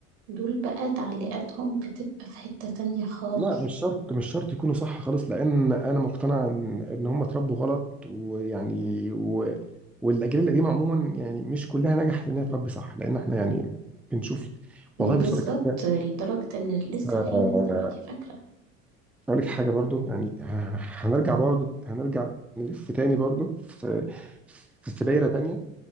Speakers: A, on the right; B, in the centre.
A: دول بقى تعليقاتهم بتبقى في حتة تانية خالص
B: لا مش شرط مش شرط يكونوا صح خالص لان انا مقتنع ان ان هم اتربوا غلط ويعني و... والاجيال القديمه عموما يعني مش كلها نجحت ان هي تربي صح لان احنا يعني بنشوف والله بص
A: بالظبط
B: لك حاجه
A: لدرجة ان لسه
B: آه،
A: في ناس دلوقتي فاكرة
B: اقول لك حاجه برضو يعني آه، هنرجع برضو هنرجع نلف تاني برضو في في في دايره تانيه